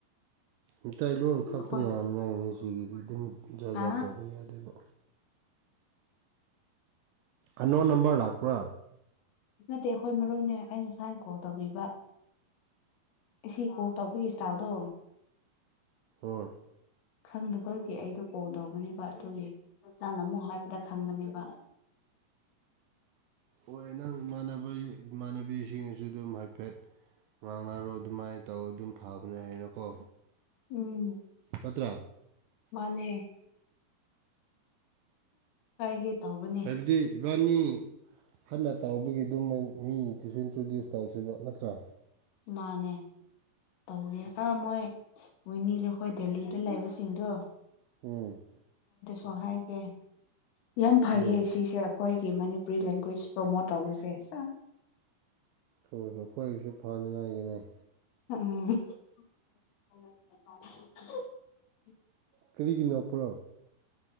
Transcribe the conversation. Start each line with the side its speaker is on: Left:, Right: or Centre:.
Right: ꯃꯤꯇꯩꯂꯣꯟ
Left: ꯑꯩꯈꯣꯏ
Right: ꯈꯛꯇ ꯉꯥꯡꯅꯤꯉꯥꯏꯅꯤ ꯁꯤꯒꯤꯗꯤ ꯑꯗꯨꯝ ꯖꯥꯠ
Left: ꯍꯥ
Right: ꯖꯥꯠ ꯇꯧꯕ ꯌꯥꯗꯦꯕ꯫ ꯑꯟꯅꯣꯟ ꯅꯝꯕꫪ ꯂꯥꯛꯄ꯭ꯔꯥ꯫
Left: ꯅꯠꯇꯦ ꯑꯩꯈꯣꯏ ꯃꯔꯨꯞꯅꯦ ꯑꯩꯅ ꯁꯨꯃꯥꯏꯅ ꯀꯣꯜ ꯇꯧꯕꯤꯕ ꯑꯁꯤ ꯀꯣꯜ ꯇꯧꯕꯤꯒꯤ ꯏꯁꯇꯥꯜꯗꯣ꯫
Right: ꯍꫭꯏ꯫
Left: ꯈꯪꯗꯕꯒꯤ ꯑꯩꯗꯣ ꯀꯣꯜ ꯇꯧꯒꯅꯦꯕ ꯑꯗꯨꯒꯤ ꯅꯍꯪꯅ ꯑꯃꯨꯛ ꯍꯥꯏꯕꯗ ꯈꯪꯕꯅꯦꯕ꯫
Right: ꯍꯣꯏ ꯅꯪ ꯏꯃꯥꯟꯅꯕ ꯏꯃꯥꯟꯅꯕꯤꯁꯤꯡꯁꯨ ꯑꯗꯨꯝ ꯍꯥꯏꯐꯦꯠ꯫ ꯉꯥꯡꯅꯔꯣ ꯑꯗꯨꯃꯥꯏꯅ ꯇꯧ ꯑꯗꯨꯝ ꯐꯕꯅꯦ ꯍꯥꯏꯅꯀꯣ
Left: ꯎꯝ
Right: ꯅꯠꯇ꯭ꯔꯥ꯫
Left: ꯃꯥꯅꯦ ꯍꯥꯏꯒꯦ꯫ ꯇꯧꯕꯅꯦ
Right: ꯍꯥꯏꯕꯗꯤ ꯏꯕꯥꯅꯤ꯫ ꯍꯟꯅ ꯇꯧꯕꯒꯤ ꯑꯗꯨꯃꯥꯏ ꯃꯤꯗꯨꯁꯨ ꯏꯟꯇ꯭ꯔꯣꯗꯨꯁ꯫ ꯇꯧꯁꯤꯕ ꯅꯠꯇ꯭ꯔꯥ꯫
Left: ꯃꯥꯅꯦ ꯇꯧꯒꯦ ꯑꯥ ꯃꯣꯏ ꯋꯅꯤꯔꯈꯣꯏ ꯗꯦꯜꯂꯤꯗ ꯂꯩꯕꯁꯤꯡꯗꯣ꯫
Right: ꯎꯝ꯫
Left: ꯍꫭꯏ ꯍꯥꯏꯔꯒꯦ꯫ ꯌꯥꯝ ꯐꯩꯌꯦ
Right: ꯍꯣꯏ
Left: ꯁꯤꯁꯦ ꯑꯩꯈꯣꯏꯒꯤ ꯃꯅꯤꯄꯨꯔꯤ ꯂꯦꯡꯒ꯭ꯋꯦꯁ ꯄ꯭ꯔꯣꯃꯣꯠ ꯇꯧꯕꯁꯦ ꯁꯥ
Right: ꯎꯝ ꯑꯈꯣꯏꯁꯤ ꯐꯅꯤꯉꯥꯏ꯫ <unintelligible>
Left: <unintelligible>
Right: ꯀꯔꯤꯒꯤꯅꯣꯛꯄ꯭ꯔꯣ꯫